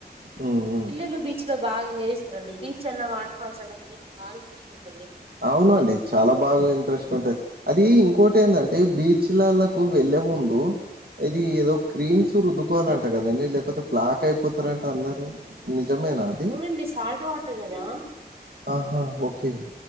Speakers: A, on the right; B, on the right.
A: హ్మ్. హ్మ్.
B: పిల్లలు బీచ్ లో బాగ ఎంజాయ్ చేస్తరండి బీచ్ అన్నా వాటర్ ఫాల్స్ అన్న పిల్లలకు బాగ ఇంట్రస్ట్ ఉంటుంది
A: అవును అండి చాలా బాగా ఇంట్రెస్ట్ ఉంటది అది ఇంకోటి ఏందంటే బీచ్లలకు వెళ్ళి వెళ్ళే ముందు ఇది ఏదో క్రీమ్స్ రుద్దుకోవాలంట కదండి లేకపోతే బ్లాక్ అయిపోతారుంటే అందరూ ని నిజమేనా అది
B: అవునండి సాల్ట్ వాటర్ కదా
A: ఆహా ఓకే